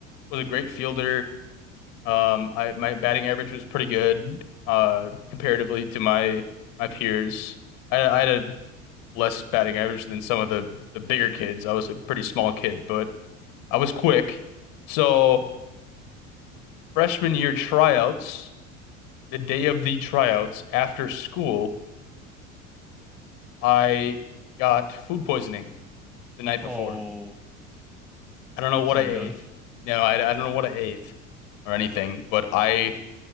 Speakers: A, on the left; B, in the centre.
A: was a great fielder um I my batting average was pretty good uh comparatively to my my peers I, I had a less batting average than some of the the bigger kids I was a pretty small kid but I was quick so freshman year tryouts the day of the tryouts after school I got food poisoning the night
B: Oh,
A: before I don't know what
B: it's not
A: I ate.
B: good.
A: No, I, I don't know what I ate or anything, but I,